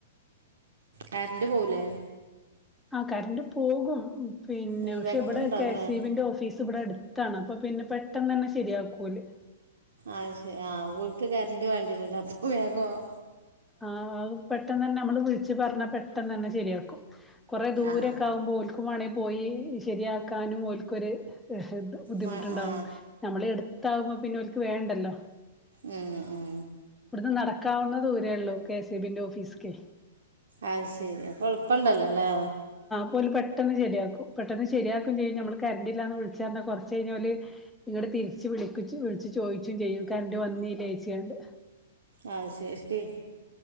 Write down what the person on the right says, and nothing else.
കരണ്ട് പോവൂലേ
ഇൻവെർട്ടർ
ഉണ്ടാവില്ലേ
അതശരി ആ ഓൽക്ക് കറണ്ട് വേണ്ടിണല്ല അപ്പൊ വേഗൊ-
ആ
മ ആ
ഉം ഉം
അത് ശെരി, അപ്പൊ എളുപ്പണ്ടല്ലോല്ലേ
ആഹ് ശരി